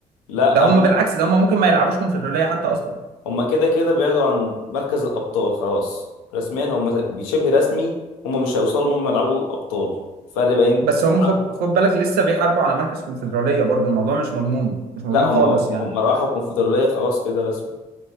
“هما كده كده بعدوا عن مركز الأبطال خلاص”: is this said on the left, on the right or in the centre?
Left